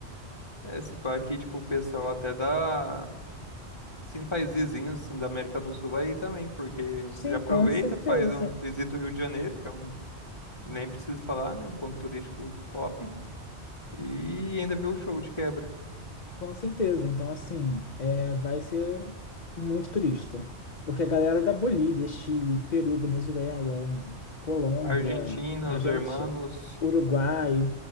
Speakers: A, on the left; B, on the left.
A: É, é, se pá aqui, tipo, o pessoal até da. Sim, países vizinhos assim, da América do Sul aí também, porque
B: Sim,
A: já aproveita,
B: com certeza.
A: faz um visita o Rio de Janeiro, que é um nem preciso falar, né? Um ponto turístico top. E ainda ver o show de quebra.
B: Com certeza. Então, assim, é, vai ser muito turista. Porque a galera da Bolívia, Chile, Peru, Venezuela, Colômbia,
A: A Argentina,
B: a
A: os
B: gente,
A: Hermanos.
B: Uruguai.